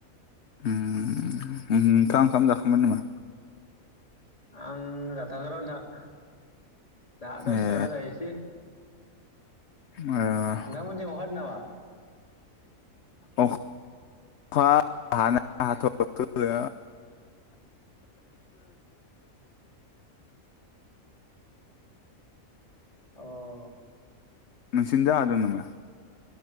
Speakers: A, on the left; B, on the left.
A: ओम नोंथाङा ओंखाम जाखांबाय नामा?
B: आं जाथ'याखै र'नोंथां दा दसे
A: ए
B: थाना जाहैसै।
A: ए।
B: नोंथां मोनथिं अखा हादों नामा?
A: अखा हानाया हाथ'वाखै।
B: अ।
A: नोंसिनिजाय हादों नामा?